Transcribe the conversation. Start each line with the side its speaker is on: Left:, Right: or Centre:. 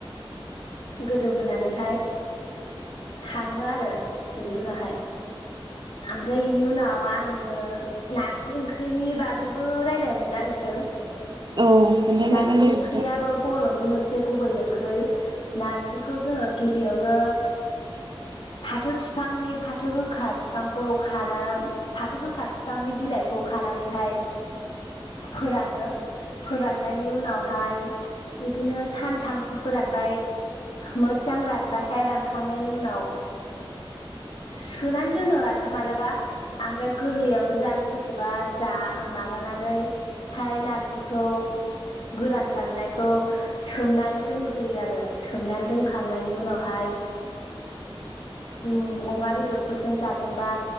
Left: गोदौहोनानैहाय खाङो आरो बेनि उनावहाय ओमफ्राय बेनि उनाव आं आङो नारजि ओंख्रिनि बागैबो रायलायनो नागिरदों।
Right: औ खोन्थानो
Left: नारजि
Right: हागोन दे
Left: ओंख्रियाबो
Right: नोंथां
Left: बर'नि मोन से गुबै ओंख्रै नारजिखौ जोङो गिबियावनो फाथो फिफांनि फाथो गोखा फिफां खौ खाना फाथो गोखा फिफांनि बिलाइखौ खानानैहाय फोरानो फोराननायनि उनावहाय इदिनो सानथामसो फोरानबाय मोजां रानबाथाय रानखांनायनि उनाव सुनानै दोनो आरो मालाबा। आमफ्राय गोरलैयावनो जानो गोसोबा जा माबानानै हाय नारजिखौ गोरान राननायखौ सोमनानै दोनग्रोयो आरो। सोमनानै दोनखांनायनि उनावहाय उम अमा बेदरफोरजों जागोनबा